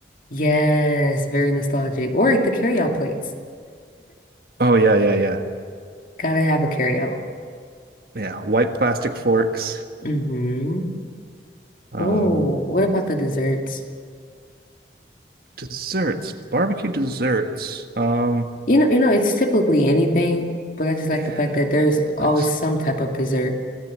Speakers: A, on the left (about 50°); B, on the right (about 55°).
A: Yes, very nostalgic. Or the carryout plates.
B: Oh yeah, yeah, yeah,
A: <laughs> Gotta have a carryout.
B: yeah. White plastic forks.
A: Mm-hmm.
B: Um,
A: Oh, what about the desserts?
B: desserts, barbecue desserts. Um,
A: You know, you know, it's typically anything, but I just like
B: yeah,
A: the fact that there's always
B: like
A: some type of dessert.